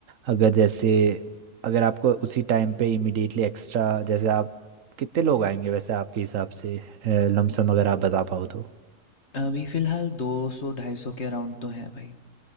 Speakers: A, on the right; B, on the left.
A: अगर जैसे अगर आपको उसी टाइम पे इमिडिएटली एक्स्ट्रा जैसे आप कितने लोग आएंगे वैसे आपके हिसाब से लमसम अगर आप बता पाओ तो
B: अभी फ़िलहाल दो सौ ढाई सौ के अराउंड तो है भाई